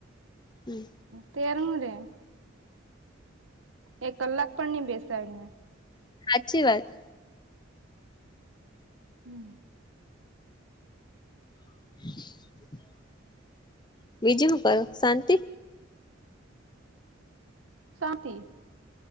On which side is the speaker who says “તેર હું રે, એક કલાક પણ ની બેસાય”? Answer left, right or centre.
Right